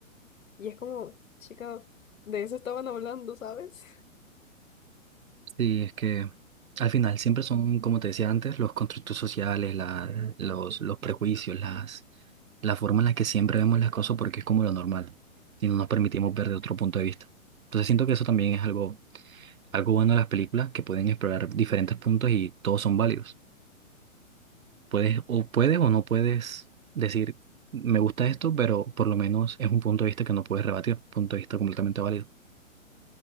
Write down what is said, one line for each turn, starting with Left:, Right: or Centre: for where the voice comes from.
Left: Y es como, chica, de eso estaban hablando, ¿sabes?
Right: Sí, es que al final siempre son, como te decía antes, los constructos sociales, la- los, los prejuicios, las, la forma en la que siempre vemos las cosas porque es como lo normal, y no nos permitimos ver de otro punto de vista. Entonces siento que eso también es algo, algo bueno de las películas, que pueden explorar diferentes puntos y todos son válidos. Puedes o puedes o no puedes decir, me gusta esto, pero por lo menos es un punto de vista que no puedes rebatir, un punto de vista completamente válido.